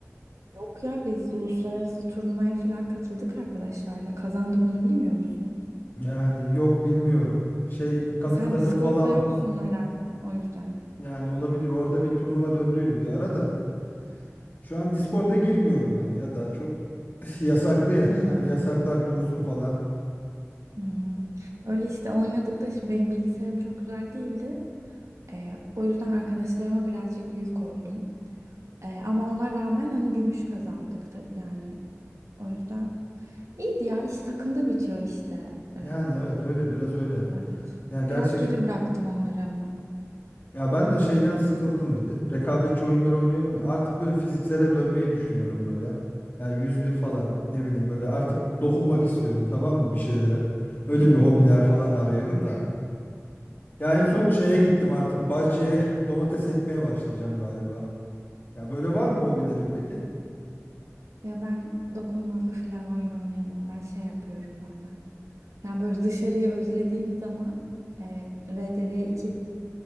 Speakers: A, on the right (about 80°); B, on the left (about 40°).
A: Yok ya biz uluslararası turnuvaya falan katıldık arkadaşlarla. Kazandık onu bilmiyor musun?
B: Yani yok bilmiyorum. Şey kadın
A: E, Sen
B: takım
A: Discord'da
B: falan
A: yoksun herhalde o yüzden.
B: yani olabilir. Orada bir turnuva döndüydü bir ara da. Şu an Discord'a
A: Aynen.
B: girmiyorum ben ya daha çok. <laughs> Yasaklı ya.
A: Hmm.
B: Hani yasaklar dursun falan.
A: Hmm. Öyle işte oynadık da şimdi benim bilgisayarım çok güzel değildi. Ee, o yüzden arkadaşlarıma birazcık yük oldum. Ee, ama ona rağmen hani gümüş kazandık tabii yani O yüzden iyiydi ya. İş takımda bitiyor işte.
B: Yani
A: Ee,
B: evet öyle biraz öyle.
A: evet.
B: Ya gerçekten
A: Biraz geri bıraktım onları ama.
B: ya ben de şeyden sıkıldım bir de. Rekabetçi oyunları oynuyorum ya. Artık böyle fiziksele dönmeyi düşünüyorum böyle. Ya 101 falan ne bileyim böyle artık dokunmak istiyorum tamam mı bir şeylere. Öyle
A: Hmm.
B: bir hobiler falan arıyorum da. Ya en son
A: Hmm,
B: şeye
A: yok.
B: gittim artık bahçeye domates ekmeye başlayacağım galiba. Ya böyle var mı hobilerin peki?
A: Ya ben dokunmalı falan oyun oynayamam. Ben şey yapıyorum bazen. Yani böyle dışarıyı özlediğim zaman e, RDR 2'de